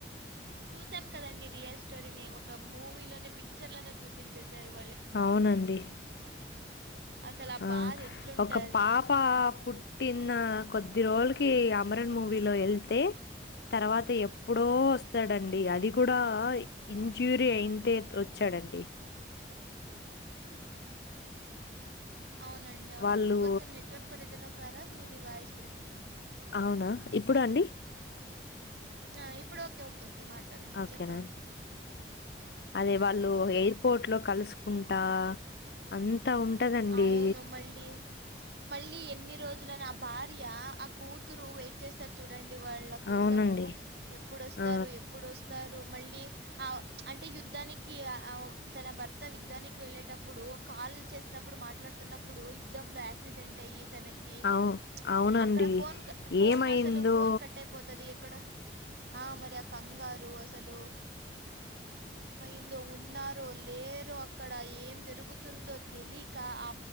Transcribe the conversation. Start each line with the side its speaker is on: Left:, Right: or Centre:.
Right: చూసాం కదండి రియల్ స్టోరీని ఒక మూవీలోనే పిక్చర్ లనే చూపించేశారు వాళ
Left: అవునండి
Right: అసలు
Left: ఆ
Right: బాధ ఎట్లుంటది
Left: ఒక పాపా పుట్టి ఇన్నా కొద్ది రోల్కి అమరన్ మూవీలో ఎళ్తే తర్వాత ఎప్పుడో ఒస్తాడంండి అది కూడా ఇంజూరీ అయింటే ఒచ్చా రండి
Right: అవునండి అవునండి
Left: వాళ్ళు
Right: కొంచెం నెట్వర్క్ పరిధిలోకి రార మీది వాయిస్ బ్రేక్ ఐతుంది
Left: ఔనా ఇప్పుడండి
Right: ఆ ఇప్పుడు ఓకే ఓకే ఓకే మాట్లాడండి
Left: ఓకేనా
Right: చెప్పండి
Left: అండి అదే వాళ్ళూ ఎయిర్పోర్ట్ లో కల్సుకుంటా అంత్ త ఉంటదండీ
Right: అవును మళ్ళీ మళ్ళీ ఎన్ని రోజులన్ ఆ భార్యా ఆ కూతురూ వెయిట్ చేస్తార్ చూడండ్ డి వాళ్ళ కోసమూ
Left: అవునండి
Right: ఎప్పుడొస్తారు
Left: ఆ
Right: ఎప్పుడు వస్త్ స్తారు మళ్ళీ ఆ అంటే యుద్ధానికి ఆ తన భర్త యుద్ధానికి వెళ్ళేటప్పుడు ఒ కాల్ చేస్నప్పుడు మాట్లాడ్తున్నప్పుడూ యుద్దంలోయాసిడెంట్ అయ్యి తనకి
Left: అవు అవునండి
Right: అక్కడ ఫోన్ క ఫోన్
Left: ఏమైందో
Right: అసలు ఫోన్ కట్టయిపోతది ఎక్కడ ఆ మరి అ కంగారు అసలు ఏమైందొ ఉన్నారొ లేరొ అక్కడ ఏం జరుగుతుందొ తెలి క ఆ